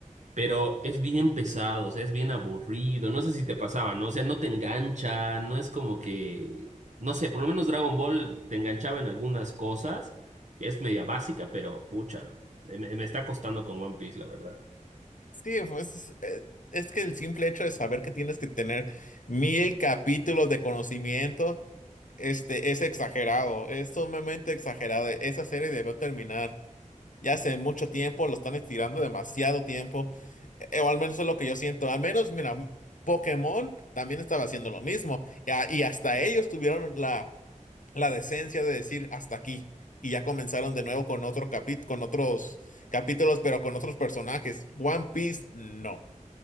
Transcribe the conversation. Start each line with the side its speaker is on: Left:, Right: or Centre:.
Right: Pero es bien pesado, o sea, es bien aburrido. No sé si te pasaba, ¿no? O sea, no te engancha, no es como que, no sé, por lo menos Dragon Ball te enganchaba en algunas cosas. Es media básica, pero pucha, me, me está costando con One Piece, la verdad.
Left: Sí, pues es, eh, es que el simple hecho de saber que tienes que tener mil capítulos de conocimiento, este, es exagerado, es sumamente exagerado. Esa serie debió terminar. Ya hace mucho tiempo, lo están estirando demasiado tiempo, eh, o al menos es lo que yo siento. Al menos, mira, Pokémon también estaba haciendo lo mismo, y, a- y hasta ellos tuvieron la, la decencia de decir hasta aquí, y ya comenzaron de nuevo con otro capi- con otros capítulos, pero con otros personajes. One Piece, no.